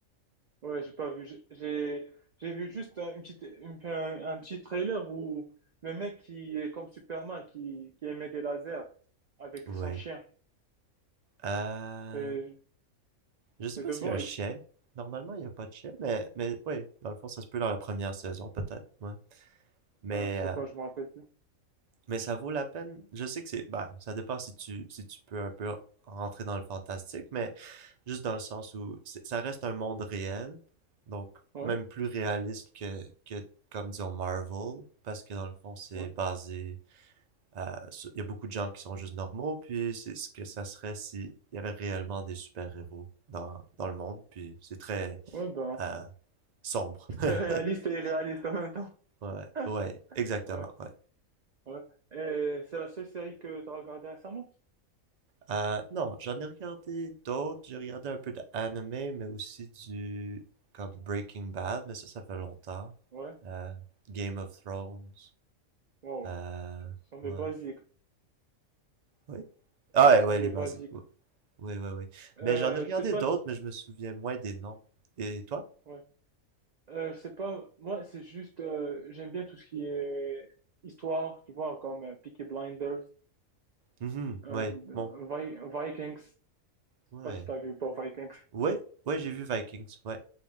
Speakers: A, on the right (about 80°); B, on the right (about 40°).
A: Ouais, j'ai pas vu. J'ai j'ai j'ai vu juste un, une petite, une- un, un petit trailer où le mec qui est comme Superman, qui, qui émet des lasers avec
B: Oui.
A: son chien.
B: Euh,
A: C'est
B: je sais
A: c'est
B: pas
A: The
B: s'il
A: Boys.
B: y a un chien, normalement, il y a pas de chien, mais, mais oui, dans le fond, ça se peut dans la première saison, peut-être, ouais.
A: Non,
B: Mais,
A: je sais
B: euh,
A: pas, je me rappelle plus.
B: Mais ça vaut la peine. Je sais que c'est, bah, ça dépend si tu, si tu peux un peu rentrer dans le fantastique, mais juste dans le sens où ça reste un monde réel, donc
A: Ouais,
B: même plus réaliste que, que comme disons Marvel, parce que dans le fond c'est
A: ouais,
B: basé, euh, sur- il y a beaucoup de gens qui sont juste normaux, puis c'est ce que ça serait s'il y avait réellement des super-héros dans, dans le monde, puis c'est très
A: ouais, ben,
B: euh, sombre.
A: <laughs>
B: <laughs>
A: très réaliste et irréaliste en même temps.
B: Ouais,
A: <laughs>
B: ouais, ouais, exactement,
A: Ouais,
B: ouais.
A: ouais. Et c'est la seule série que tu as regardée récemment?
B: Euh, non, j'en ai regardé d'autres. J'ai regardé un peu d'anime, mais aussi du comme Breaking Bad, mais ça, ça fait longtemps.
A: Ouais,
B: Euh, Game of Thrones.
A: wow.
B: Euh,
A: Ce sont des
B: ouais.
A: basiques.
B: Oui. Ah ouais,
A: Ce
B: ouais,
A: sont des
B: les basiques.
A: basiques.
B: Ouais. Oui, oui, oui.
A: Euh,
B: Mais j'en ai regardé
A: je sais pas
B: d'autres,
A: si...
B: mais je me souviens moins des noms. Et toi?
A: ouais. Euh, je sais pas, moi c'est juste, euh, j'aime bien tout ce qui est histoire, tu vois, comme euh, Peaky Blinders,
B: Mhm,
A: and,
B: ouais,
A: euh,
B: bon.
A: Vi- Vikings, je
B: Ouais.
A: sais pas si t'as vu ou pas Vikings.
B: Ouais, ouais, j'ai vu Vikings. Ouais.